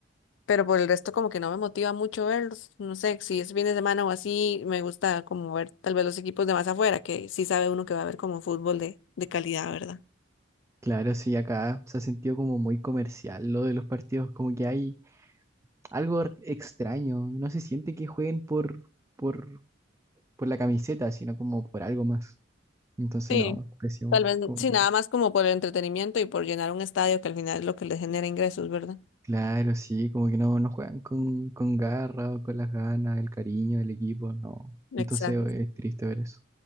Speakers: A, on the left; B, on the right.
A: pero por el resto como que no me motiva mucho verlos. No sé, si es fin de semana o así, me gusta como ver tal vez los equipos de más afuera, que sí sabe uno que va a ver como fútbol de, de calidad, ¿verdad?
B: Claro, sí, acá se ha sentido como muy comercial lo de los partidos, como que hay algo r- extraño, no se siente que jueguen por, por, por la camiseta, sino como por algo más. Entonces
A: Sí,
B: no, pésimo.
A: tal vez,
B: como
A: sí,
B: que-
A: nada más como por el entretenimiento y por llenar un estadio que al final es lo que les genera ingresos, ¿verdad?
B: claro, sí, como que no, no juegan con, con garra, o con las ganas, el cariño del equipo, no.
A: Exacto.
B: Entonces es triste ver eso,